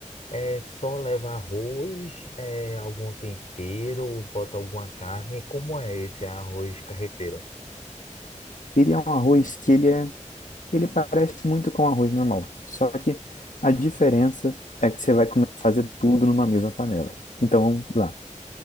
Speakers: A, on the left; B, on the left.
A: é só leva arroz, é algum tempero, bota alguma carne. Como é esse arroz carreteiro?
B: Ele é um arroz que ele é Ele parece muito com arroz normal, só que a diferença é que você vai come- fazer tudo numa mesma panela. Então, vamos lá.